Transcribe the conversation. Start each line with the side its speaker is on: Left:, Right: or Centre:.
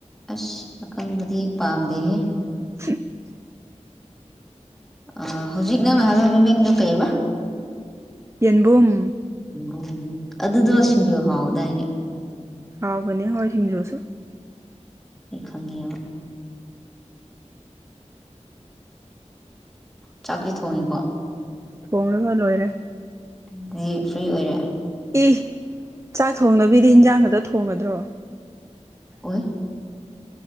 Centre: ꯑꯁ ꯑꯀꯪꯕꯗꯤ ꯄꯥꯝꯗꯦꯍꯦ
Right: <unintelligible>
Centre: ꯑ ꯍꯧꯖꯤꯛ ꯅꯪ ꯍꯥꯏꯕ ꯃꯃꯤꯡꯗꯨꯣ ꯀꯩꯔꯤꯕ
Right: ꯌꯦꯕꯨꯝ
Centre: ꯑꯣ ꯑꯗꯨꯗꯣ ꯁꯤꯡꯖꯨ ꯍꯥꯎꯗꯥꯏꯅꯦ
Right: ꯍꯥꯎꯕꯅꯦ ꯍꯣꯏ ꯁꯤꯡꯖꯨꯁꯨ
Centre: ꯑꯩ ꯈꯪꯉꯤꯕ ꯆꯥꯛꯁꯤ ꯊꯣꯡꯉꯤꯀꯣ
Right: ꯊꯣꯡꯂꯒ ꯂꯣꯏꯔꯦ
Centre: ꯑꯗꯨꯗꯤ ꯐ꯭ꯔꯤ ꯑꯣꯏꯔꯦ
Right: ꯏ ꯆꯥꯛ ꯊꯣꯡꯕꯤꯗꯤ ꯍꯟꯖꯥꯡ ꯈꯛꯇ ꯊꯣꯡꯉꯗ꯭ꯔꯣ
Centre: ꯑꯣꯏ